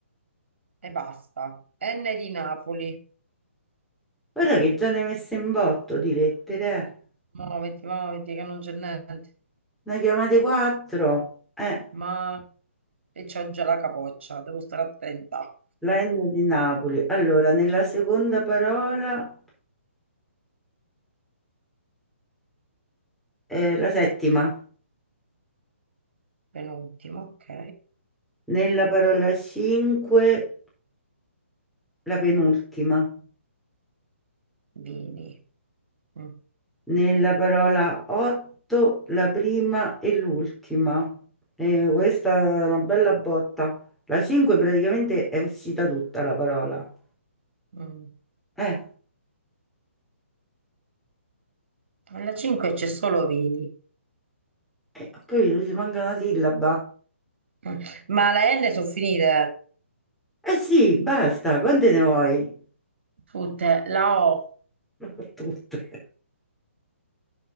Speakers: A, on the right; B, in the centre.
A: e basta. N di Napoli.
B: Guarda che già ne hai messe in botto di lettere, eh.
A: Muoviti, muoviti, che non c'è niente.
B: Ne chiamate 4. Eh,
A: Ma e c'ho già la capoccia, devo stare attenta.
B: la N di Napoli. Allora, nella seconda parola, eh, la settima.
A: Penultimo, ok.
B: Nella parola 5, la penultima.
A: Vini. Mm,
B: Nella parola otto, la prima e l'ultima. E questa è una bella botta. La 5 praticamente è uscita tutta la parola.
A: mm.
B: Eh,
A: Alla 5 c'è solo vini.
B: eh, ho capito, ci manca una sillaba.
A: Mm. Ma la N sono finite.
B: Eh sì, basta, quante ne vuoi?
A: Food, la O.
B: <laughs> Tutte.